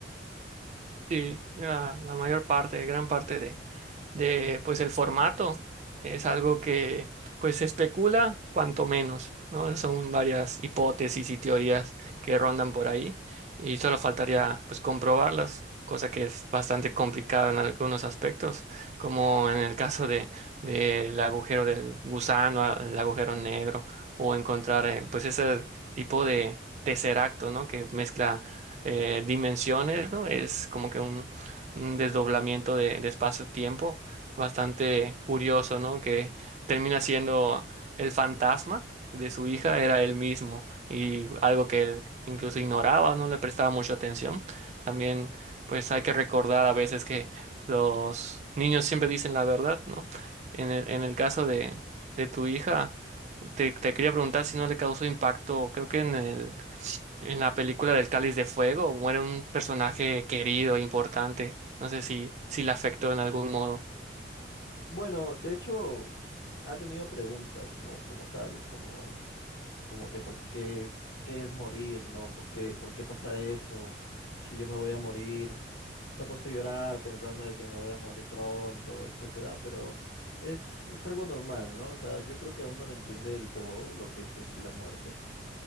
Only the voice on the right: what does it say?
Sí, la, la mayor parte, gran parte de, de pues el formato es algo que pues se especula cuanto menos, ¿no? Son varias hipótesis y teorías que rondan por ahí y solo faltaría pues comprobarlas, cosa que es bastante complicada en algunos aspectos, como en el caso de del agujero del gusano, el agujero negro o encontrar eh, pues ese tipo de tesseracto, ¿no? Que mezcla eh, dimensiones, ¿no? Es como que un, un desdoblamiento de, de espacio-tiempo bastante curioso, ¿no? Que termina siendo el fantasma de su hija, era él mismo, y algo que él incluso ignoraba, no le prestaba mucha atención. También, pues hay que recordar a veces que los niños siempre dicen la verdad, ¿no? En el, en el caso de, de tu hija, te, te quería preguntar si no le causó impacto, creo que en el en la película del Cáliz de Fuego muere un personaje querido, importante. No sé si, si le afectó en algún modo.